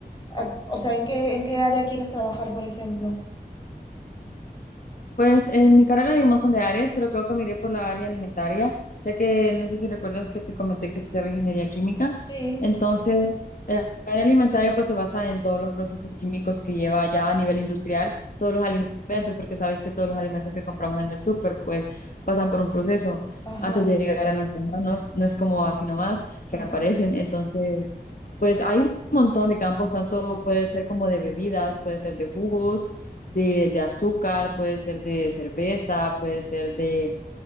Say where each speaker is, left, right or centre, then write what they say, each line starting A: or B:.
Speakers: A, on the left (about 25°); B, on the left (about 55°).
A: ah, o sea, en qué, en qué área quieres trabajar, por ejemplo?
B: Pues en mi carrera hay un montón de áreas, pero creo que me iré por la área alimentaria, ya que no sé si recuerdas que te comenté que estudiaba ingeniería química.
A: Sí.
B: Entonces, el área alimentaria pues se basa en todos los procesos químicos que lleva ya a nivel industrial, todos los alimentos, porque sabes que todos los alimentos que compramos en el súper pues pasan por un proceso
A: Ajá,
B: antes de llegar a nuestras manos, no es como así nomás que
A: ajá,
B: aparecen. Entonces, pues hay un montón de campos, tanto puede ser como de bebidas, puede ser de jugos de, de azúcar, puede ser de cerveza, puede ser de